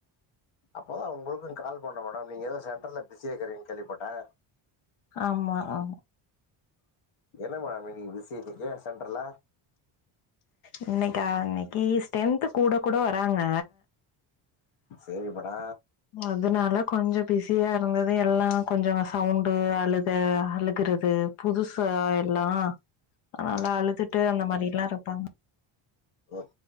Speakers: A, on the left; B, on the left.
A: அப்போதா ஒங்களுக்கு கால் பண்ண மேடொ நீங்க ஏதோ சென்டர்ல பிஸியாக்கிறீங்கனு கேள்விப்பட்டே
B: ஆமா ஆ
A: என்ன மேடொ இன்னிக்கு பிசி இன்னிக்கி சென்டர்ல
B: இன்னக்கா இன்னிக்கு ஸ்ட்ரென்த் கூட கூட வராங்க
A: சேரி மேடொ
B: அதனால கொஞ்ச பிஸியா இருந்தது எல்லா கொஞ்சொ சவுண்டு அழுதெ அழுகுறது புதுசா எல்லா அதனால அழுதுட்டு அந்த மாரில்லா இருப்பாங்க
A: ஓ